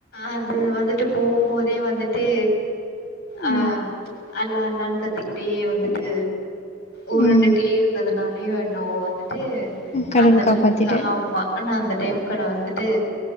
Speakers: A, on the left (about 50°); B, on the left (about 35°).
A: அது வந்துட்டு போம் போதே வந்துட்டு அ
B: ம்
A: அல்லா அல்லான்னு கத்திக்கிட்டே வந்துட்டு ஊருண்டுட்டே
B: ம்
A: இருந்ததுனாலயு என்னவோ வந்துட்டு
B: கடவுள்
A: அந்த
B: காப்பாத்திட்டாரு
A: டைமுக்கு ஆமா ஆனா அந்த டைமுக்கு நா வந்துட்டு